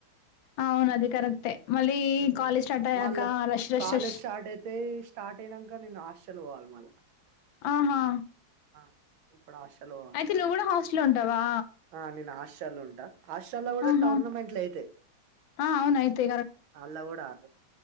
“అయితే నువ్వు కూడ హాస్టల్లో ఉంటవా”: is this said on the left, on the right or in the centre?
Left